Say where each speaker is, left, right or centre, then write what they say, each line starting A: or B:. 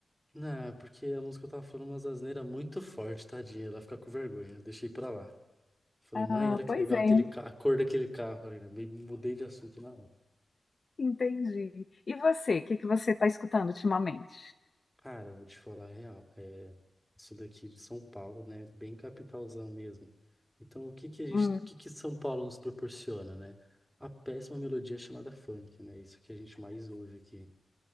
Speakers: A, in the centre; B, on the left.
A: Não, porque a música tava falando umas asneiras muito forte, tadinha. Ela fica com vergonha, eu deixei pra lá. Falei,
B: Ah,
A: mãe, olha que
B: pois
A: legal
B: é,
A: aquele ca... a cor daquele carro ali, né? Bem- Mudei de assunto na hora.
B: entendi. E você, o que que você está escutando ultimamente?
A: Cara, eu vou te falar a real. É, isso daqui de São Paulo, né? Bem capitalzão mesmo. Então, o que que a gente,
B: Hum,
A: o que que São Paulo nos proporciona, né? A péssima melodia chamada funk, né? Isso que a gente mais ouve aqui.